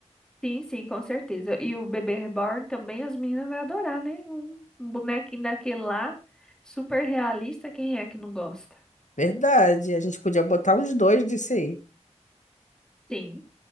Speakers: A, in the centre; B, on the left.
A: Sim, sim, com certeza. E o bebê reborn também as meninas vão adorar, né? Um, um bonequinho daquele lá, super realista, quem é que não gosta?
B: Verdade, a gente podia botar uns dois disso aí,
A: Sim.